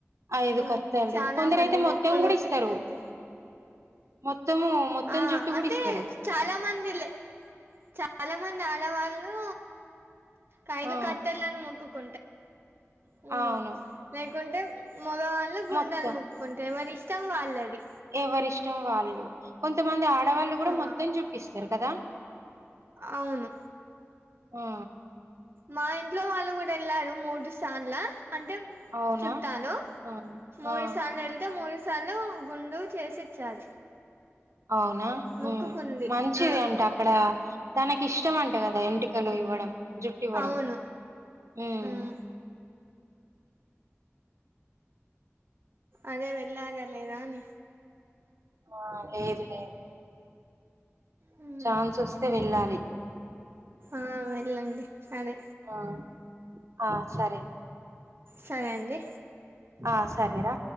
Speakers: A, on the right; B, on the right.
A: ఐదు
B: ఉహ్
A: కత్తెలు
B: చాలా
A: కొందరైతే
B: మంది మొక్కలు
A: మొత్తం కూడా ఇస్తారు
B: తిక్కతే
A: మొత్తము మొత్తం
B: హా ఆ
A: జుట్టు
B: అంటే
A: కూడా ఇస్తారు
B: చాలా మందిలే చాలా మంది ఆడవాళ్ళు కైదు
A: ఆ
B: కతేర్లు మొక్కుక్ హు
A: అవును
B: లేకుంటేమ్ మగవాళ్ళు గుండని
A: మొత్తం
B: మొక్కుంటే ఎవరి ఇష్టం వాళ్ళది.
A: ఎవరిష్టం వాళ్ళు, కొంతమంది ఆడవాళ్ళు కూడా
B: ఆ
A: మొత్తం చూపిస్తరు కదా.
B: అవును
A: వా
B: మా ఇంట్లో వాళ్ళు కూడా ఏళ్ళారు మూడు సార్ల. అంటే
A: అవునా
B: చుట్టాలు
A: ఆ
B: మూడు
A: ఆ
B: సార్లు ఏళ్ళతే మూడుస్ సలు గుండు చేసిచ్చారు
A: అవునా ఆ
B: మొక్కుకుంది
A: హుమ్ మంచిది
B: ఆ
A: అంట అక్కడ తనకి ఇష్టం అంట కదా ఏంటి ఇంటికలు ఇవ్వడం జుట్ ఇవ్వడం
B: అవును
A: ఉమ్
B: హ్మ్ అదే వెళ్ళారా లేదాని
A: ఆ లేదు లేదు
B: హ్మ్
A: ఛాన్స్ వస్తే వెళ్ళాలి.
B: ఆ వెళ్ళండి అదే
A: ఆహ్ ఆహ్ సరే
B: సరే అండి
A: ఆ సరేరా